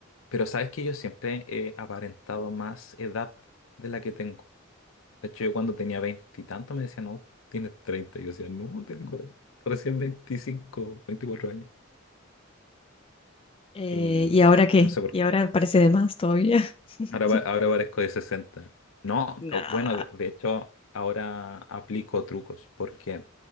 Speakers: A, on the left; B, on the left.
A: pero sabes que yo siempre he aparentado más edad de la que tengo. De hecho, yo cuando tenía veinte y tanto me decían, no, tienes treinta. Y Yo decía, no, tengo recién veinticinco, veinticuatro años.
B: Eh,
A: Y
B: ¿y ahora qué?
A: no sé por
B: ¿Y
A: qué.
B: ahora parece de más todavía? <laughs>
A: Ahora, pa- ahora parezco de sesenta No,
B: No.
A: o- bueno, de de hecho, ahora aplico trucos porque,